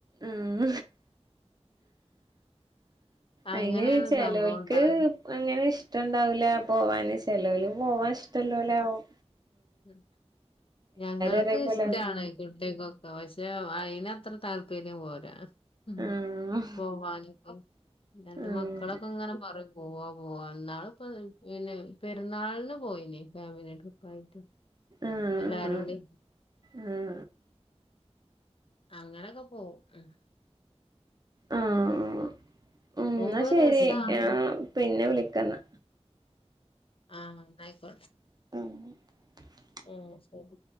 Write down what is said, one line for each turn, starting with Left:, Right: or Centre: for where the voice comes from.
Right: ഉം
Left: അങ്ങനെയാണ്
Right: അയിന് ചെലോൽക്ക്
Left: സംഭവം ഉണ്ടാവല്
Right: അങ്ങന ഇഷ്ടണ്ടാവൂല പോവാന് ചേലോല് പോവാൻ ഇഷ്ടല്ലോലേവും
Left: ഉ ഞങ്ങൾക്ക്
Right: ഒരേപോലെ
Left: ഇഷ്റ്റാണ് കുട്ടികൾക്കൊക്കെ പക്ഷെ അയിന് അത്ര താല്പര്യം പോരാ ഉം
Right: ആഹ്
Left: പോവാന് ഉം രണ്ട്
Right: ആഹ്
Left: മക്കളൊക്കെ ഇങ്ങനെ പറയും പോവാ പോവാ എന്നാളിപ്പ പിന്നെ പെരുന്നാളിന് പോയിനേ ഫാമിലി ട്രിപ്പായിട്ട്
Right: ആഹ്
Left: എല്ലാരൂടി
Right: ആഹ്
Left: അങ്ങനെയൊക്കെ പോവും ഉം
Right: ആഹ് ആ എന്നാ
Left: പോകുമ്പോ
Right: ശരി
Left: ഒരു രസാണ്.
Right: പിന്നെ വിളിക്കന്നാ
Left: ആഹ് അന്നാ ആയിക്കോട്ടെ
Right: ആഹ്
Left: ആ ശരി